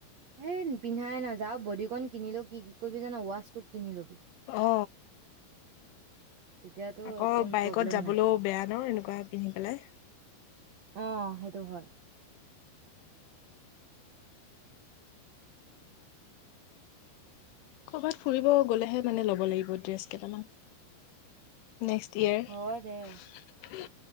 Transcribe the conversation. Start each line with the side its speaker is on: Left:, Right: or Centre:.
Right: এ পিন্ধাই নাযাও বডীণ কিনিলো কি কৰিবি জান ৱাচ কোট কিনি লবি।
Left: অ।
Right: তেতিয়াতো
Left: আকৌ
Right: একো
Left: বাইকত
Right: প্ৰব্লেম
Left: যাবলৈও
Right: নাই
Left: বেয়া ন এনেকুৱা পিন্ধি পেলাই।
Right: অঁ সেইটো হয়।
Left: কৰ'বাত ফুৰিব গ'লেহে মানে ল'ব লাগিব ড্ৰেছ কেইটামান। নেক্সট ইয়েৰ,
Right: হয় দে